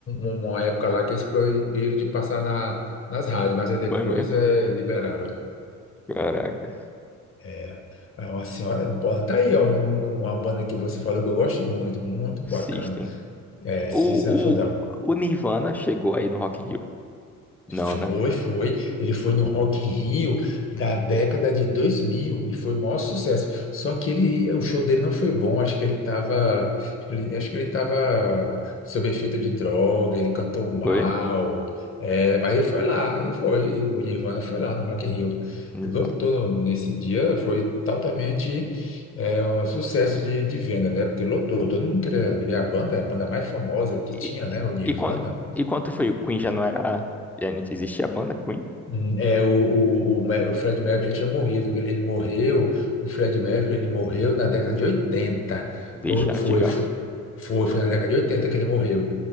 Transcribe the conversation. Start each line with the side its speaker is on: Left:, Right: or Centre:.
Left: um, uma época lá que eles proibiram de passar na, nas rádios, mas aí depois
Centre: Foi mesmo.
Left: é, liberaram.
Centre: Caraca.
Left: É, é uma senhora banda. Tá aí, ó, um- uma banda que você falou que eu gosto muito, muito bacana.
Centre: System.
Left: É, System
Centre: O,
Left: of a Down.
Centre: o, o Nirvana chegou aí no Rock in Rio? Não,
Left: Foi,
Centre: né?
Left: foi. Ele foi no Rock in Rio da década de 2000 e foi o maior sucesso. Só que ele, o show dele não foi bom. Acho que ele estava, ele, acho que ele estava sob efeito de droga. Ele cantou mal.
Centre: Foi?
Left: É, mas ele foi lá, ele foi. O Nirvana foi lá no Rock in Rio.
Centre: Nirvana.
Left: Lotou no- nesse dia. Foi totalmente é, um sucesso de, de venda, né? Porque lotou.
Centre: Hum.
Left: Todo mundo queria ver a banda, é a banda mais famosa que
Centre: E,
Left: tinha, né? O Nirvana.
Centre: e, quando, e quando foi? O Queen já não era. Já não existia a banda Queen?
Left: Hum, É, o, o, o, Ma- o Fred Mercury já tinha morrido, porque ele ele morreu, o Fred Mercury, ele morreu na década de 80.
Centre: Bicha,
Left: Ou foi,
Centre: antigaço.
Left: foi, foi, foi na década de 80 que ele morreu,